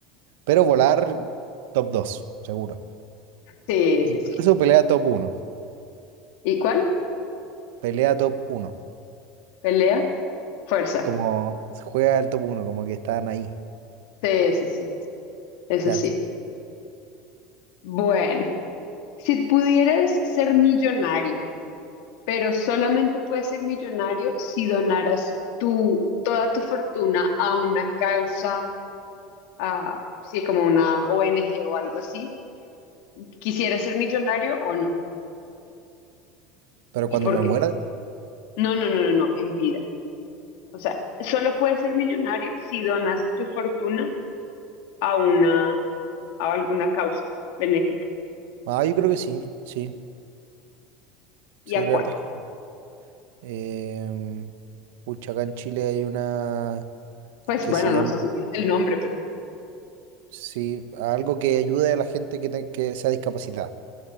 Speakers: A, on the right; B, on the left.
A: Pero volar top 2, seguro.
B: Sí,
A: Incluso
B: sí, sí.
A: pelea top uno,
B: ¿Y cuál?
A: Pelea top uno.
B: Pelea, fuerza.
A: Como juega el top uno como que están ahí.
B: Sí, sí, sí. Eso
A: Ya,
B: sí.
A: t-
B: Bueno, si pudieras ser millonario, pero solamente puedes ser millonario si donaras tu, toda tu fortuna a una causa, a, sí, como una ONG o algo así, ¿quisieras ser millonario o no?
A: pero
B: ¿Y
A: cuando
B: por
A: me
B: qué?
A: muera.
B: No, no, no, no, no, en vida. O sea, solo puedes ser millonario si donas tu fortuna a una, a alguna causa benéfica.
A: Ah, yo creo que sí, sí.
B: ¿Y
A: Sí,
B: a
A: la
B: cuál?
A: verdad es que sí. Em, pucha, acá en Chile hay una
B: Pues
A: que
B: bueno,
A: se llama.
B: no sé si tienes el nombre, pero
A: Sí, algo que ayude a la gente que, te- que sea discapacitada.